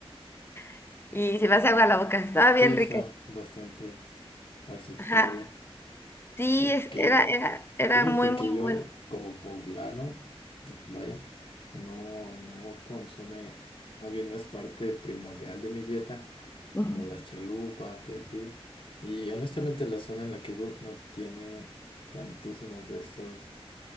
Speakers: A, on the left; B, on the left.
A: <laughs> y se me hace agua la boca, estaba bien
B: sí, está
A: rica.
B: bastante aceptable.
A: Ajá, sí,
B: Aunque
A: es- era, era, era
B: fíjate
A: muy, muy
B: que yo,
A: bueno.
B: como poblano, vaya, no, no consume, más bien no es parte primordial de mi dieta,
A: Ujú.
B: como las chalupas y así. Y honestamente, la zona en la que vivo no tiene tantísimos de estos,